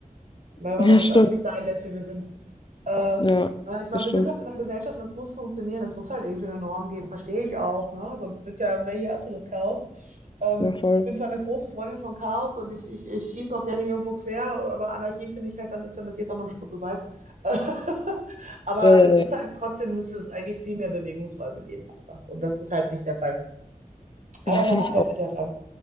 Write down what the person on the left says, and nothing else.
Ja,
stimmt.
Ja,
das
stimmt.
Ja, voll.
Äh, ja,
ja.
Ja,
finde
ich auch.